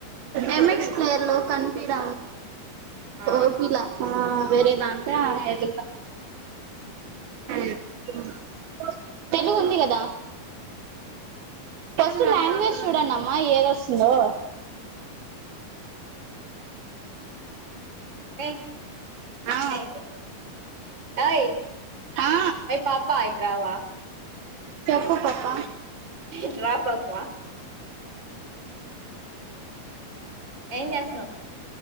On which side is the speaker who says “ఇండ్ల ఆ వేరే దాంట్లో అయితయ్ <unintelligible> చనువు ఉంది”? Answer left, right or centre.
Right